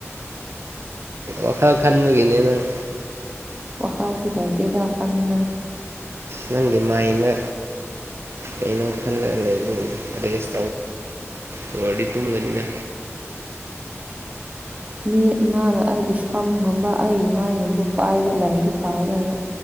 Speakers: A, on the right; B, on the right.
A: ꯑꯣꯈ ꯈ ꯃꯨꯒꯦꯅꯦ ꯅꯪ
B: ꯑꯣꯈꯥꯗꯤꯤ ꯂꯥꯏꯇꯗꯛꯥꯅꯤꯉꯦ
A: ꯅꯪꯒꯤ ꯃꯥꯏꯅ ꯀꯩꯅꯣ ꯈꯜꯂꯒ ꯂꯩꯕ ꯔꯦꯁ ꯇꯧꯉꯣ ꯇꯨꯝꯒꯅꯤꯅ
B: ꯃꯤ ꯃꯥꯅ ꯑꯩꯒꯤ ꯁꯝꯒꯨꯝꯕ ꯑꯩꯒꯤ ꯃꯥꯏꯒꯨꯝꯕ ꯄꯥꯏꯕ ꯂꯥꯏꯔꯤꯛꯗꯤ ꯐꯥꯒꯗꯕ